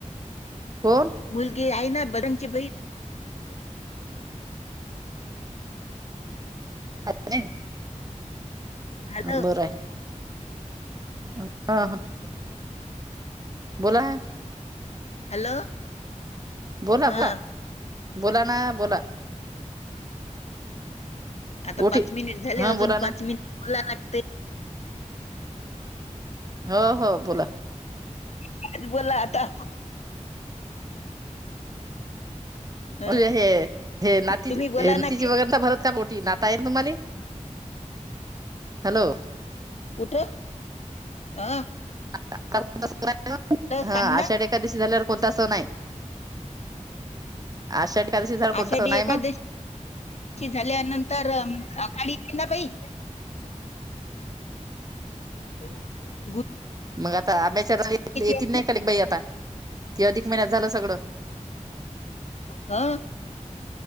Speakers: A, on the right; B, on the left.
A: कोण
B: मुलगी आहे ना, बरंगची बही <unintelligible>
A: <unintelligible>
B: हॅलो!
A: बरं आहे <unintelligible> बोला.
B: हॅलो!
A: बोला
B: हा
A: बोला, बोला ना बोला
B: आता
A: ओटी
B: पाच मिनिट झाले,
A: हा
B: अजून
A: बोला ना
B: पाच मिनिट बोला लागते. <unintelligible>
A: हो हो बोला.
B: काय बोला आता? हं,
A: अ हे हे नाती
B: तुम्ही बोला ना
A: नातीजी
B: काही
A: वगैर भरत का पोटी, नाता आहेत का तुम्हाला? हॅलो
B: कुठं? आ
A: <unintelligible> ह
B: सांग
A: आषाढी
B: ना
A: एकादशी झाल्यावर कोणता सण आहे? आषाढ एकादशी झाल्यावर कोणता
B: आषाढी
A: सण आहे
B: एकादशी
A: मग
B: कि झाल्यानंतर <unintelligible> ना बाई ते मस्त
A: मग आता आब्याच्या <unintelligible>
B: आहे ना
A: की अधिक एक महिन्यात झालं सगळं.
B: हा.